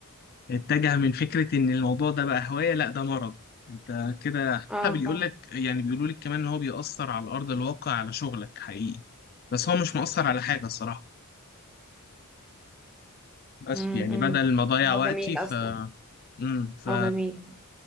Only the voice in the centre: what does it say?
اه
فعلا
مم،
مم.
هو
جميل
اصلا
هو جميل